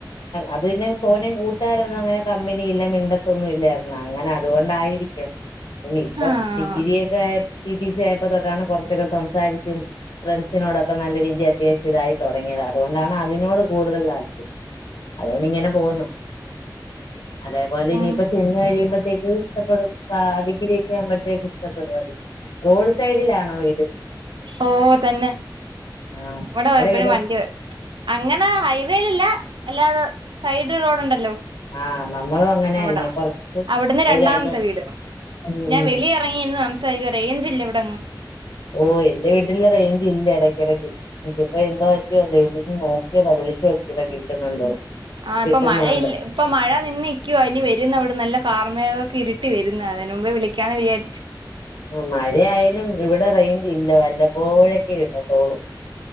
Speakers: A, on the left (about 80°); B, on the right (about 85°).
A: അത് പിന്നെ തോന്നയും കൂട്ടുകാരൊന്നും അങ്ങനെ കമ്പനി ഇല്ല മിണ്ടത്തൊന്നും ഇല്ലായിരുന്ന അങ്ങനെ അതു കൊണ്ടായിരിക്കും ഇനി ഇപ്പ
B: ആഹ്
A: ഡിഗ്രി ഒക്കെ ആയ് ടി ടി സി ആയപ്പോ തൊട്ടാണ് കുറച്ചൊക്കെ സംസാരിച്ച ഫ്രണ്ട്സിനോടൊക്കെ നല്ല രീതി അത്യാവശ്യ ഇതായി തുടങ്ങിയത അതു കൊണ്ടാണ് അതിനോട് കൂടുതൽ താല്പര്യം അതു കൊണ്ട് ഇങ്ങനെ പോകുന്നു അതേപോലെ
B: ഉം
A: ഇനിയിപ്പ ചെന്ന കഴിയുമ്പോത്തേക്ക് ഇഷ്ടപ്പെടും ഡിഗ്രിയ ഒക്കെ ആ ഇഷ്ടപ്പെടു റോഡ് സൈഡിലാണോ വീട്
B: ഓഹ് തന്നെ
A: ആഹ്
B: ഇവിടെയപ്പോഴും
A: ഞങ്ങടെ വീടും
B: വണ്ടി വ അങ്ങനെ ഹൈവേയിലല്ല അല്ലാതെ സൈഡ് റോഡ ഉണ്ടല്ലോ
A: ആഹ് നമ്മളും അങ്ങനെ
B: അവിട
A: തന്നെ കൊറച്ച്
B: അവിടുന്ന്
A: ഒരു
B: രണ്ടാമത്തെ
A: രണ്ട്
B: വീട്
A: ഉം
B: ഞാൻ വലിയ ഇറങ്ങിന്ന് സംസാരിക്കുക റേഞ്ച ഇല്ല ഇവിടങ്ങ്
A: ഓഹ് എന്റെ വീട്ടില റൈഞ്ച ഇല്ല ഇടയ്ക്കിടയ്ക്ക് ഇതിപ്പോ എന്താ പറ്റിയോ എന്തോ നോക്കിയതാ വിളിച്ചു നോക്കിയതാ കിട്ടുന്നുണ്ടോ
B: ആഹ് ഇപ്പൊ
A: കിട്ടുന്നുണ്ട്
B: മഴയില്ല ഇപ്പൊ മഴ നിന്നക്കുവോ ഇനി വരുന്ന അവിടെ നല്ല കാർമേഗോകെ ഇരുട്ടി വരുന്ന അതിന് മുമ്പേ വിളിക്കാന്ന് വിചാരിച്ചു
A: ആ മഴയാലും ഇവിടെ റേഞ്ച് ഇല്ല വല്ലപ്പോഴൊക്കെ കിട്ടാത്തോളൂ